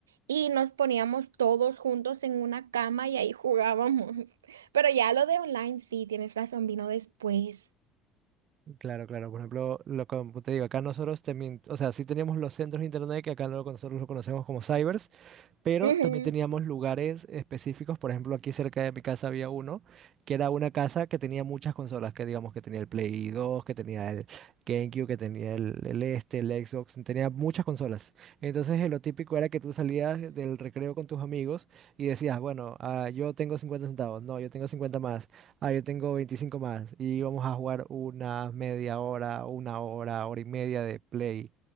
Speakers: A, on the right; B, on the right.
A: y nos poníamos todos juntos en una cama y ahí jugábamos. <laughs> Pero ya lo de online, sí, tienes razón, vino después.
B: Claro, claro. Por ejemplo, lo como te digo, acá nosotros también, o sea, sí teníamos los centros de internet, que acá lo- nosotros lo conocemos como cybers, Pero
A: Ujú.
B: también teníamos lugares específicos, por ejemplo, aquí cerca de mi casa había uno, que era una casa que tenía muchas consolas, que digamos que tenía el Play dos que tenía el GameCube, que tenía el, el este, el Xbox, tenía muchas consolas. Entonces eh, lo típico era que tú salías del recreo con tus amigos y decías, bueno, ah, yo tengo 50 centavos, no, yo tengo 50 más, ah, yo tengo 25 más, y íbamos a jugar una media hora, una hora, hora y media de Play.